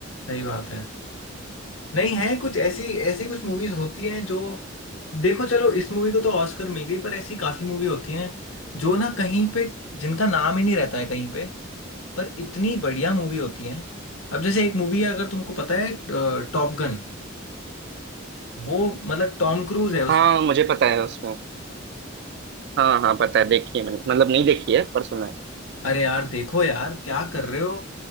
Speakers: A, on the left; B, on the right.
A: सही बात है नहीं है कुछ ऐसी ऐसी कुछ मूवीज होती हैं जो देखो चलो इस मूवी को तो ऑस्कर मिल गई पर ऐसी काफी मूवी होती हैं जो ना कहीं पे जिनका नाम ही नहीं रहता है कहीं पे पर इतनी बढ़िया मूवी होती हैं अब जैसे एक मूवी है अगर तुमको पता है टॉप गन वो मतलब टॉम क्रूज है
B: हाँ मुझे पता है उसमें हाँ हाँ पता है देखी है मैंने मतलब नहीं देखी है पर सुना है
A: अरे यार देखो यार क्या कर रहे हो